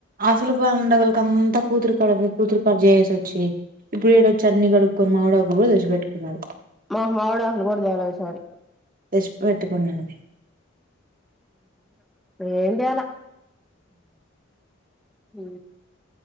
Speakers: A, on the right (about 45°); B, in the centre.
A: అసలు పండగలకి అంతా కూతురు కడుపి కూతురు కడు చేసోచ్చి ఇప్పుడు ఏడొచ్చి అన్ని కడుక్కొని మామిడకు కూడా తెచ్చి పెట్టుకున్నది.
B: మాకు మావిడకులు కూడా చాలవు విసారీ.
A: తెచ్చి పెట్టుకున్నది
B: ఏం చెయ్యాలా హ్